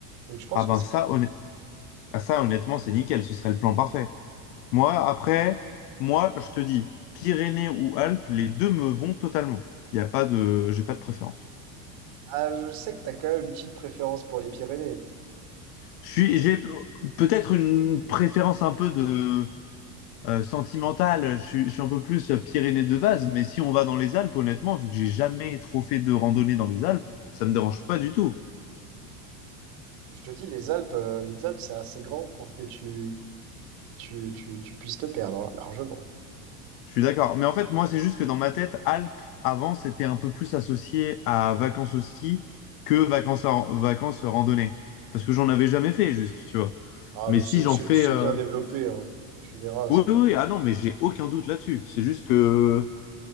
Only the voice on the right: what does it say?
Donc, je pense
que c'est
possible.
Ah, je sais que tu as quand même une petite préférence pour les Pyrénées.
Je te dis, les Alpes, euh, les Alpes, c'est assez grand pour que tu, tu, tu, tu puisses te perdre, hein, largement.
Ah,
mais
c'est
c'est-
c'est
bien développé, hein. Tu verras,
c'est bien.